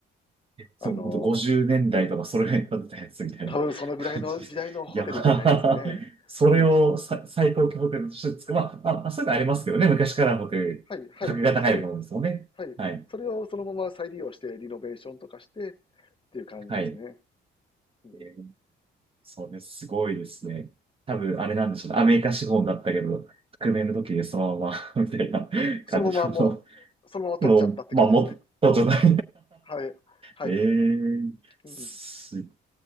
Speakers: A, on the right; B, on the left.
A: そう、
B: あの、
A: ほんと50年代とかそれぐらいに建てたやつみたいな感じです。
B: 多分そのぐらいの時代のホテルじゃないですかね。
A: <laughs> いや、<laughs> それをさ最高級ホテルとして作る。
B: うん。
A: まあ、まあ、まあそういうのありますけどね。昔からのホテル、
B: はい、はい。
A: 格が高いものですよね。
B: それ、はい。
A: はい。
B: それをそのまま再利用して、リノベーションとかしてっていう感じですね。
A: はい。
B: うん。
A: えーそうです。すごいですね。多分、あれなんでしょうね。アメリカ資本だったけど、革命の時でそのまま <laughs> みたいな感じの、
B: そのままもう、そのまま取っちゃったって感じですね。
A: もう、まあ、もっとじゃない
B: はい、はい。
A: <laughs> えー、
B: うん。
A: す